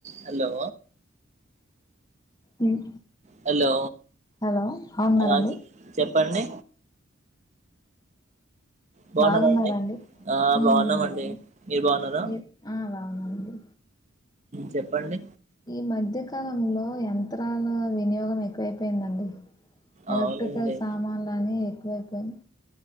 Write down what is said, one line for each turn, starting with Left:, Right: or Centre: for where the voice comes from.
Right: హలో
Left: ఉమ్
Right: హలో
Left: హలో బాగున్నారా
Right: ఆ
Left: అండి
Right: చె- చెప్పండి బాగున్నారా
Left: బాగున్నానండి
Right: అండి ఆ
Left: హుమ్మ్
Right: బాగున్నామండి మీరు బాగున్నారా
Left: మీరు ఆ బాగున్నాడి
Right: చెప్పండి
Left: ఈ మధ్య అకాలంలో యంత్రాల వినియోగం ఎక్కువైపోయిందండి ఎలక్ట్రికల్
Right: అవునండి
Left: సామాన్లని ఎక్కువ ఎక్కువైపోయి